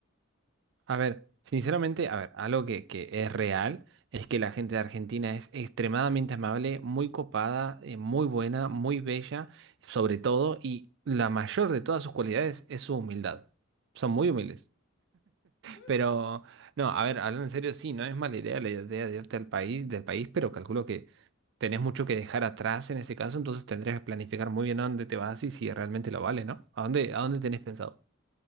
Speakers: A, on the right (about 60°); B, on the left (about 60°).
A: A ver, sinceramente, a ver, algo que, que es real es
B: Ujú.
A: que la gente de Argentina es extremadamente amable, muy copada, eh, muy buena, muy bella, sobre todo, y la mayor de todas sus cualidades es su humildad. Son
B: Mm.
A: muy humildes.
B: <laughs>
A: Pero, no, a ver, hablando en serio, sí, no es mala idea la idea de irte al país, del país, pero calculo que tenés mucho que dejar atrás en ese caso, entonces tendrías que planificar muy bien a dónde te vas y si realmente lo vale, ¿no? ¿A dónde, a dónde tenés pensado?